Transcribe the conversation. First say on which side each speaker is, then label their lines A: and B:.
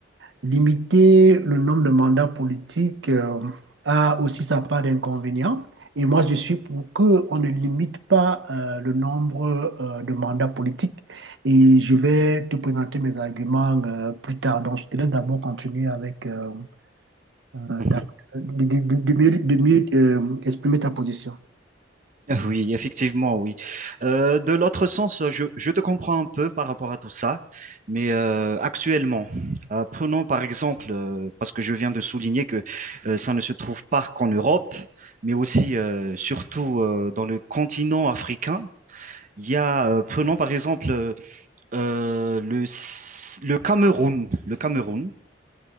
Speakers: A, on the right; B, on the right.
A: limiter le nombre de mandats politiques euh, a aussi sa part d'inconvénients. Et moi, je suis pour qu'on ne limite pas euh, le nombre euh, de mandats politiques. Et je vais te présenter mes arguments euh, plus tard. Donc, je te laisse d'abord continuer avec... euh, euh,
B: mhm.
A: t'as- de, de- de- de mieux, de mieux euh, exprimer ta position.
B: Ah Oui, effectivement, oui. Euh, de l'autre sens, je, je te comprends un peu par rapport à tout ça, mais euh, actuellement, euh, prenons par exemple, euh, parce que je viens de souligner que euh, ça ne se trouve pas qu'en Europe, mais aussi, euh, surtout euh, dans le continent africain. Il y a, euh, prenons par exemple euh, euh, le, le Cameroun. Le Cameroun.